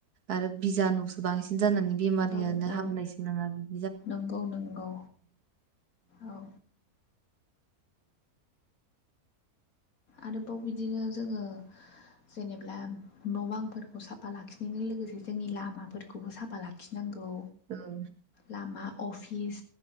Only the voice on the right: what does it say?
आरो बिजानुसो बांसिन जानानै बेमारिया
ओ
हामनायसो नङा बि
ओं